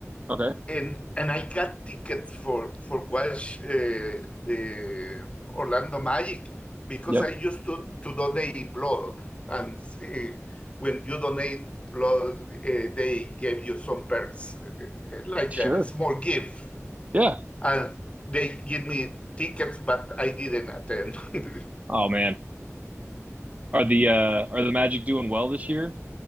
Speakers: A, on the right; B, on the left.
A: Okay.
B: And and I got tickets for for watch uh, the Orlando Magic because
A: Yep.
B: I used to to donate blood, and uh, when you donate blood, uh, they gave you some perks, uh, like
A: Sure.
B: a small gift,
A: Yeah.
B: and they give me tickets, but I didn't attend. <laughs>
A: Oh man. Are the uh are the Magic doing well this year?